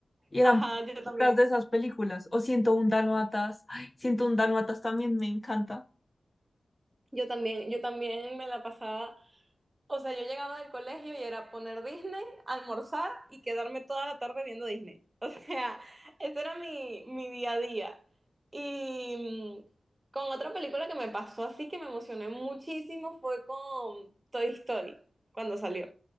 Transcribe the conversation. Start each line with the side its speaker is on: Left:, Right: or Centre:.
Left: y
Right: ajá,
Left: eran
Right: yo también,
Left: puras de esas películas. O 101 Dálmatas, ay, 101 Dálmatas también me encanta.
Right: yo también, yo también me la pasaba O sea, yo llegaba del colegio y era poner Disney, almorzar y quedarme toda la tarde viendo Disney. <laughs> O sea, ese era mi, mi día a día. Y mm, con otra película que me pasó así que me emocioné muchísimo fue con Toy Story, cuando salió,